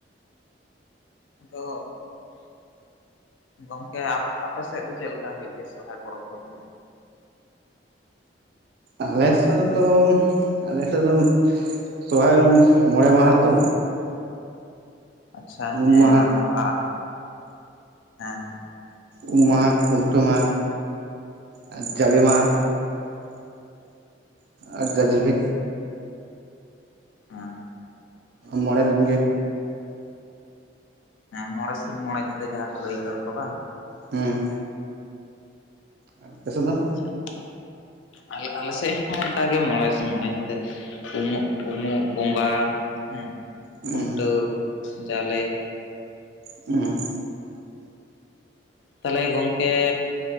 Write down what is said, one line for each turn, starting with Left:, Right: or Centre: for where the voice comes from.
Left: ᱟᱫᱚ᱾ ᱜᱚᱝᱠᱮ ᱟᱯ ᱟᱯᱮᱥᱮᱫ ᱫᱚ ᱪᱮᱜ ᱞᱮᱠᱟ ᱦᱩᱭᱩᱜ ᱜᱮᱭᱟ ᱥᱚᱦᱨᱟᱭ ᱯᱚᱨᱚᱵᱽ ᱫᱚ ᱛᱚᱵᱮ᱾
Right: ᱟᱞᱮᱥᱮᱜ ᱫᱚ ᱟᱞᱮᱥᱮᱜ ᱫᱚ ᱥᱚᱨᱦᱟᱭ ᱫᱚ ᱢᱚᱬᱮ ᱢᱟᱦᱟ ᱛᱚ᱾
Left: ᱟᱪᱪᱷᱟ ᱦᱮᱸ
Right: ᱩᱢ ᱢᱟᱦᱟ
Left: ᱟᱵᱚ ᱟᱜ ᱦᱮᱸ᱾
Right: ᱩᱢ ᱢᱟᱦᱟ ᱠᱷᱩᱱᱴᱟᱹᱣ ᱢᱟᱦᱟ ᱟᱨ ᱡᱟᱞᱮ ᱢᱟᱦᱟ᱾ ᱟᱨ ᱡᱟᱡᱞᱮ᱾
Left: ᱦᱟᱸ᱾
Right: ᱢᱚᱬᱮ ᱫᱤᱱ ᱜᱮ᱾
Left: ᱦᱮᱸ ᱢᱚᱬᱮ ᱥᱤᱧ ᱢᱚᱬᱮ ᱧᱤᱫᱟᱹ ᱡᱟᱦᱟᱸ ᱠᱚ ᱞᱟᱹᱭ ᱠᱟᱫᱟ ᱠᱚ ᱵᱟᱝ᱾
Right: ᱦᱩᱸ᱾ ᱟᱯᱮ ᱥᱮᱜ ᱫᱚ?
Left: ᱟᱪᱪᱷᱟ, ᱟᱞᱮ ᱟᱞᱮ ᱥᱮᱜ ᱦᱚᱸ ᱚᱱᱠᱟᱜᱮ ᱢᱚᱬᱮ ᱥᱤᱧ ᱢᱚᱬᱮ ᱧᱤᱫᱟᱹ᱾ ᱩᱢᱩᱜ ᱩᱢᱩᱜ ᱵᱚᱸᱜᱟ ᱦᱮᱸ
Right: ᱦᱩᱸ
Left: ᱠᱷᱩᱱᱴᱟᱹᱣ ᱡᱟᱞᱮ᱾
Right: ᱦᱩᱸ᱾
Left: ᱛᱟᱦᱞᱮ ᱜᱚᱢᱠᱮ᱾